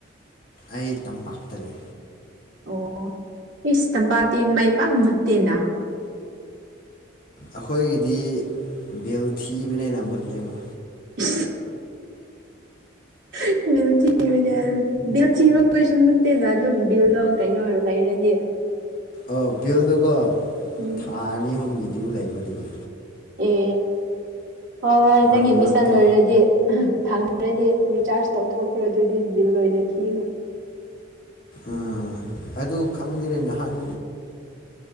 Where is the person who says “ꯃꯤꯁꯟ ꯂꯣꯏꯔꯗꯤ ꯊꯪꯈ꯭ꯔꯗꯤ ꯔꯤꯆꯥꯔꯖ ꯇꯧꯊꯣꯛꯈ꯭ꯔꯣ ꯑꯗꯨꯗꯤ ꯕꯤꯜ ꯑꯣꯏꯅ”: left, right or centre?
Right